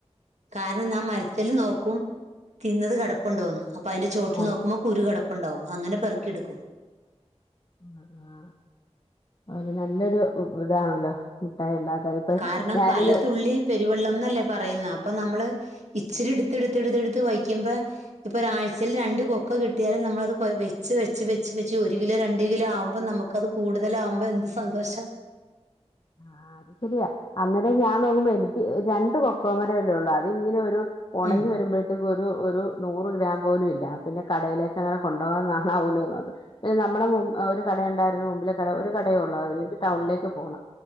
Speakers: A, on the right (about 80°); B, on the left (about 45°).
A: കാരണം ഞാൻ മരത്തില് നോക്കും തിന്നത് കെടപ്പൊണ്ടോന്ന് അപ്പ അയിന്റെ ചോട്ടിൽ
B: ആഹ്
A: നോക്കുമ്പം കുരു കെട പ്പൊണ്ടാവും അങ്ങനെ പെറുക്കിയെടുക്കും
B: ആ ആ നല്ലൊരു ഇതാണല്ലോ മുട്ടായി ഉണ്ടാക്കാൻ ഇപ്പൊ
A: കാരണം
B: ഞാനിത്
A: പലതുള്ളി പെരുവെള്ളംന്നല്ലേ പറയുന്ന അപ്പം നമ്മള് ഇച്ചിര് എടുത്ത് എടുത്ത് എടുത്ത് എടുത്ത് വയ്ക്കുമ്പ ഇപ്പൊ ഒരാഴ്ചയിൽ രണ്ട് കൊക്കോ കിട്ടിയാലും നമ്മളത് കൊ വെച്ച് വെച്ച് വെച്ച് വെച്ച് ഒരു കിലോ രണ്ട് കിലോ ആവുമ്പം നമ്മുക്കത് കൂടുതൽ ആവ്മ്പ എന്ത് സന്തോഷാ
B: ആ അത് ശരിയാ അന്നേരം ഞാൻ നോക്കുമ്പോ എനിക്ക് രണ്ട് കൊക്കോ മരല്ലേ ഒള്ളു അത് ഇങ്ങനെ ഒരു ഒണങ്ങി
A: ഉം
B: വരുമ്പഴ്‌ത്തേക്ക് ഒരു ഒരു നൂറ് ഗ്രാം പോലും ഇല്ലാ പിന്നെ കടയിലേക്കങ്ങനെ കൊണ്ടോവാനാ നാവൂലൊന്നാമത് പിന്നെ മ്മടെ മു അ ഒര് കടയ്ണ്ടായിരുന്നു മുമ്പിലെ കട ഒരു ക ടേഒള്ളൂ അതല്ലെങ്കിൽ ടൗണിലേക്ക് പോണം